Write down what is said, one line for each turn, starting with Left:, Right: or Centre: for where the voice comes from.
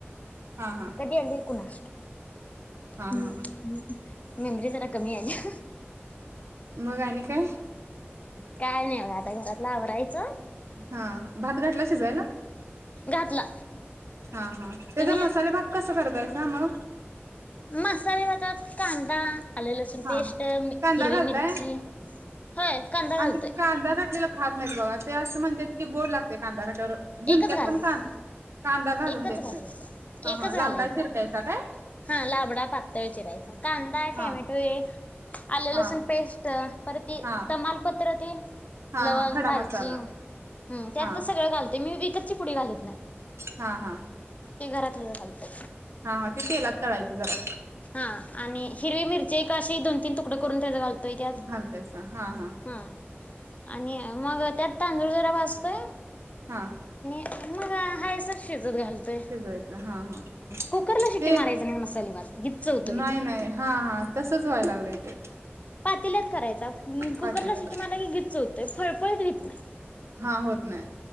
Right: हा हा
Left: <unintelligible> कधी आणली कुणास
Right: हा
Left: हम्म
Right: हा
Left: <unintelligible> मेमरी जरा कमी आली.
Right: मग आणि काय?
Left: काय नाही बघा आता घरातलं आवरायचं
Right: हा भात घाटला शिजायला?
Left: घातला
Right: हा, हा. त्यजा
Left: तुम्ही
Right: मसाले भात कसा कर <unintelligible> मग
Left: मसाले भातात कांदा आले लसूण
Right: हा
Left: पेस्ट,
Right: कांदा
Left: हिरवी
Right: घालताय
Left: मिरची होय कांदा
Right: आमच्यात
Left: घालतोय
Right: कांदा घातलेला खात नाहीत बघा. ते असं म्हणतात की गोड लागते कांदा घात वर झुणक्यात
Left: एकच घालायचा
Right: पण कां कांदा घालून
Left: एकच
Right: देत
Left: घालायचा,
Right: नाहीत हा
Left: एकच
Right: हा लांबडा
Left: घालायचा.
Right: चिरतायचा काय
Left: हा लांबडा पातळ चिरायचा‌. कांदा,
Right: हा
Left: टोमॅटो एक आले
Right: हा
Left: लसूण पेस्ट, परत ती
Right: हा
Left: तमाल पत तर ती
Right: हा
Left: लवंग,
Right: हा खडा
Left: दालचिंग
Right: मसाला
Left: हम्म त्यातलं
Right: हा
Left: सगळं घालते. मी बी ची पुडी घालत नाही.
Right: हा, हा,
Left: ते घरातलं घालते
Right: हा, हा ते तेलात तळायचं जरा.
Left: हा आणि हिरवी मिरची एक अशी दोन तीन तुकडे करून त्याचा घालत होय त्यात.
Right: घालतायसा हा हा
Left: हं आणि मग त्यात तांदूळ जरा भासतोय
Right: हा
Left: मग आहेाय सर शिव घालतोय
Right: शिजवायचं हा हा
Left: कुकरला शिट्टी
Right: ते
Left: मारायच नाही मसाली भात गीच्च होतोय
Right: नाही
Left: तो.
Right: नाही हा हा तसंच व्हाय लागलंय ते
Left: पातील्यात करायचा कुकरलासाठी
Right: पातेल्यात
Left: मला घीच होतंय फळफळत घत नाही
Right: हा होत नाही